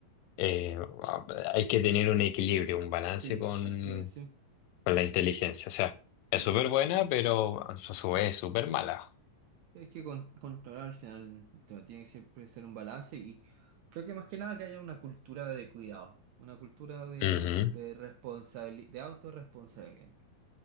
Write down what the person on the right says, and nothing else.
Sí,
hay que, sí,
sí,
Es que con, controlar al final te- tiene que siempre ser un balance y creo que más que nada que haya una cultura de cuidado, una cultura de,
de responsabilidad, de autorresponsabilidad.